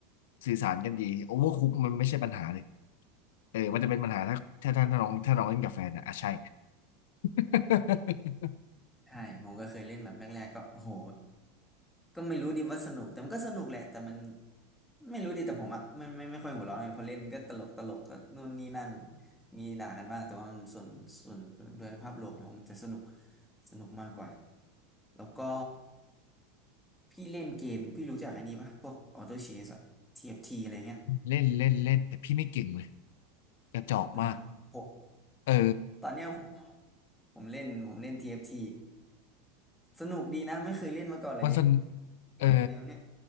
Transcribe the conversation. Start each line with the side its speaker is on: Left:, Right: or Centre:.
Left: สื่อสารกันดีโอเวอร์คุกมันไม่ใช่ปัญหาเลยเออ มันจะเป็นปัญหาถ้าถ้าถ้าถ้าน้องถ้าน้องเล่นกับแฟนอะอ่ะใช่ <laughs>
Centre: ใช่ผมก็เคยเล่นแบบแรกๆก็โอ้โหก็ไม่รู้ดิว่าสนุกแต่มันก็สนุกแหละแต่มันไม่รู้ดิแต่ผมอะไม่ไม่ไม่ค่อยหัวร้อนไงพอเล่นก็ตลกตลกก็นู่นนี่นั่นมีด่ากันบ้างแต่ว่ามันส่วนส่วนโดยภาพรวมแล้วมันจะสนุกสนุกมากกว่าแล้วก็พี่เล่นเกมพี่รู้จักอันนี้ปะพวกออโต้เชสอะ t ี t อฟทีอะไรเงี้ย
Left: เล่นเล่นเล่นแต่พี่ไม่เก่งเลยกระจอกมาก
Centre: เนาะผม
Left: เออ
Centre: ตอนเนี้ยผมผมเล่นผมเล่น TFT สนุกดีนะไม่เคยเล่นมาก่อนเลย
Left: มันสน
Centre: เกมแนวเนี้ย
Left: เออ